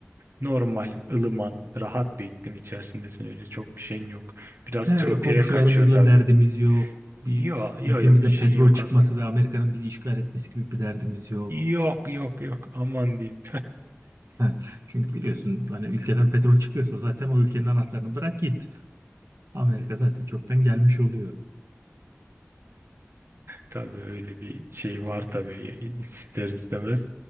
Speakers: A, on the right; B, on the right.
A: normal, ılıman, rahat bir iklim içerisindesin. Öyle çok bir şeyin yok. Biraz
B: He, öyle
A: tropiye
B: komşularımızla
A: kaçıyor tabii.
B: derdimiz yok. Bir
A: Yo yo
B: ülkemizden
A: yo bir şeyin
B: petrol
A: yok
B: çıkması
A: aslında.
B: ve Amerika'nın bizi işgal etmesi gibi bir derdimiz yok.
A: Yok yok yok aman diyeyim.
B: He, çünkü biliyorsun hani ülkeden petrol çıkıyorsa zaten o ülkenin anahtarını bırak git. Amerika
A: <laughs> <laughs>
B: zaten çoktan gelmiş oluyor.
A: Tabii öyle bir şey var tabii ister istemez.